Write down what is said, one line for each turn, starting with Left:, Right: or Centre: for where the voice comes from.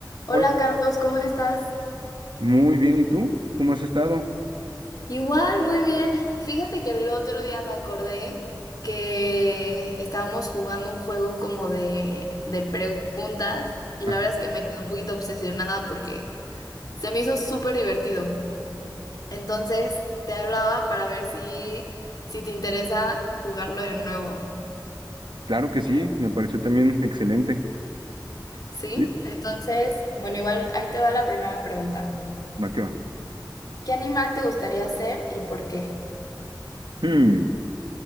Left: Hola
Right: Hola.
Left: Carlos, ¿cómo estás?
Right: Muy bien, ¿y tú? ¿Cómo has estado?
Left: Igual, muy bien. Fíjate que el otro día me acordé que estábamos jugando un juego como de, de preguntas y
Right: Ah,
Left: la verdad es que me quedé un poquito obsesionada porque se me hizo súper divertido. Entonces, te hablaba para ver si, si te interesa jugarlo de nuevo.
Right: claro que sí, me pareció también excelente.
Left: ¿Sí?
Right: Sí,
Left: Entonces, bueno, igual ahí te va la primera pregunta.
Right: va que va.
Left: ¿Qué animal te gustaría ser y por qué?
Right: Hmm,